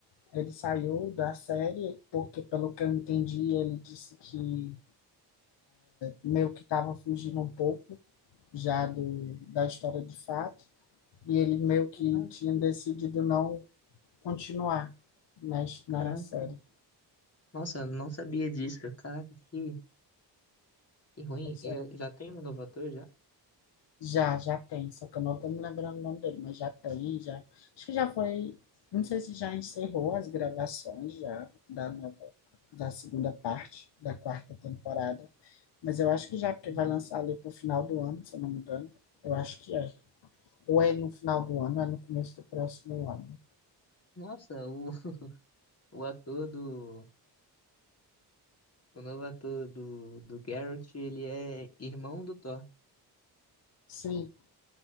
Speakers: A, on the left (about 75°); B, on the left (about 35°).
A: Ele saiu da série porque, pelo que eu entendi, ele disse que meio que estava fugindo um pouco já do, da história de fato. E ele meio que
B: Ah,
A: tinha decidido não continuar na, na
B: caraca.
A: série.
B: Nossa, eu não sabia disso. Caraca, que, que ruim.
A: Pois
B: E
A: é.
B: já, já tem um novo ator já?
A: Já, já tem, só que eu não estou me lembrando o nome dele, mas já tem, já. Acho que já foi, não sei se já encerrou as gravações já da nova, da segunda parte da quarta temporada, mas eu acho que já, porque
B: Uhum.
A: vai lançar ali pro final do ano, se eu não me engano. Eu acho que é. Ou é no final do ano, ou é no começo do próximo ano.
B: Nossa, o, o ator do. O novo ator do, do Geralt, ele é irmão do Thor.
A: Sim,